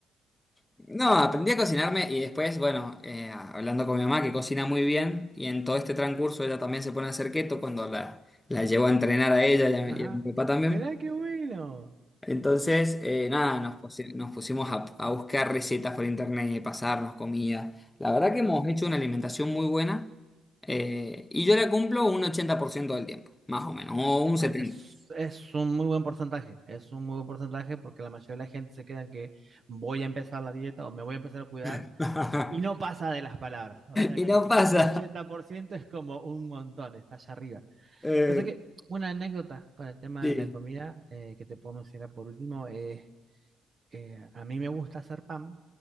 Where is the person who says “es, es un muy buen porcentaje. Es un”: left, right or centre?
Right